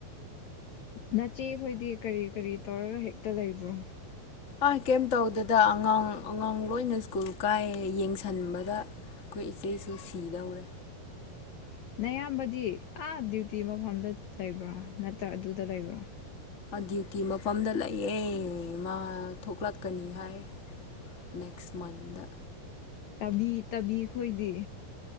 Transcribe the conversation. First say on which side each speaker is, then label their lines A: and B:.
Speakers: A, on the left (about 70°); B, on the left (about 40°).
A: ꯅꯆꯦ ꯍꯣꯏꯗꯤ ꯀꯔꯤ ꯀꯔꯤ ꯇꯧꯔꯒ ꯍꯦꯛ ꯇ ꯂꯩꯕ꯭ꯔꯣ
B: ꯑ ꯀꯩꯝ ꯇꯧꯗꯦꯗ ꯑꯉꯥꯡ ꯑꯉꯥꯡ ꯂꯣꯏꯅ ꯁ꯭ꯀꯨꯜ ꯀꯥꯏ ꯌꯦꯡꯁꯤꯟꯕꯗ ꯑꯩꯈꯣꯏ ꯏꯆꯦꯁꯨ ꯁꯤꯗꯧꯔꯦ
A: ꯅꯌꯥꯝꯕꯗꯤ ꯑꯥ ꯗ꯭ꯌꯨꯇꯤ ꯃꯐꯝꯗ ꯂꯩꯕ꯭ꯔꯥ ꯅꯠꯇ꯭ꯔꯥ ꯑꯗꯨꯗ ꯂꯩꯕ꯭ꯔꯥ
B: ꯗ꯭ꯌꯨꯇꯤ ꯃꯐꯝꯗ ꯂꯩꯑ ꯃꯥ ꯊꯣꯛꯂꯛꯀꯅꯤ ꯍꯥꯏ ꯅꯦꯛꯁ ꯃꯟꯗ
A: ꯇꯕꯤ ꯇꯕꯤꯈꯣꯏꯗꯤ